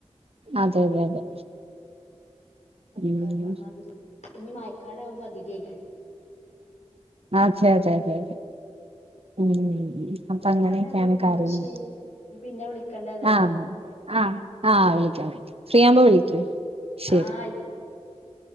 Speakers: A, on the right (about 60°); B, on the left (about 85°).
A: അതെ, അതെ, അതെ. ഉം
B: ക്കെ പർഞ്ഞാതിരി. ഇഞ്ഞി മയക്കാലാ വുമ്പ അധികേക്കാരം.
A: ആഹ് ചെ, ചെ, ജെ, ജെ ഉം. ഉം ഉം ഉം.
B: ന്നാ
A: അപ്പ
B: ആയിക്കോട്ടെ
A: അങ്ങനെയൊക്കെയാണ്
B: ഏതായാലും
A: കാര്യങ്ങള്.
B: ന്നാ ശരി ഇനി പിന്നെ വിളിക്കണ്ട ഏതായാലും
A: ആഹ്, ആഹ് ആഹ് വിളിക്കാം, വിളിക്കാം. ഫ്രീയാവുമ്പൊ വിളിക്ക്.
B: ആഹ്
A: ശരി
B: ആയി